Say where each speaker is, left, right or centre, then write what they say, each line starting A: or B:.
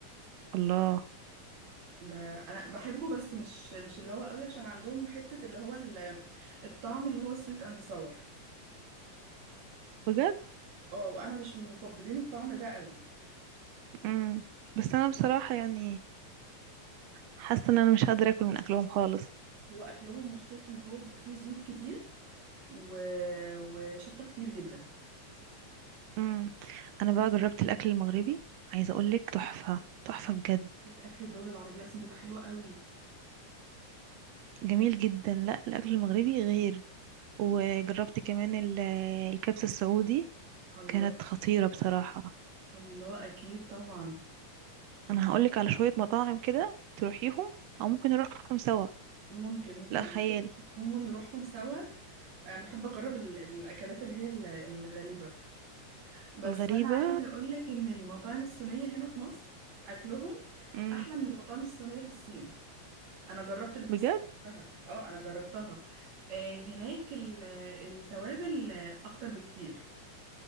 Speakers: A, on the right; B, on the right.
A: الله
B: ده انا بحبه بس مش مش اللي هو قوي عشان عندهم حتة اللي هو ال- الطعم اللي هو سويت اند ساور
A: بجد
B: اه وانا مش من مفضلين الطعم ده قوي
A: امم بس انا بصراحة يعني حاسة ان انا مش قادرة اكل من اكلهم خالص
B: هو اكلهم مشكلته ان هو بيبقى فيه زيوت كتير و... وشطة كتير جدا
A: امم انا بقى جربت الاكل المغربي عايزة اقولك تحفة
B: اكيد
A: تحفة بجد
B: أكيد اكل الدول العربية اصلا بيبقى حلو قوي
A: جميل جدا لا الاكل المغربي غير وجربت كمان ال- الكبسة السعودي
B: الله
A: كانت خطيرة بصراحة
B: الله اكيد طبعا
A: انا هقولك على شوية مطاعم كده تروحيهم او ممكن نروحهم سوا
B: ممكن ممكن
A: لا
B: نتفق
A: خيال
B: هم ونروحهم سوا انا بحب اجرب ال... الاكلات اللي هي ال- الغريبة بس
A: الغريبة
B: انا عايزه اقول لك ان المطاعم الصينيه هنا في مصر اكلهم
A: امم
B: احلى من المطاعم الصينيه في الصين انا جربت اللي في
A: بجد
B: الصين نفسها اه انا جربتها آه هناك ال- التوابل آه، اكتر بكتير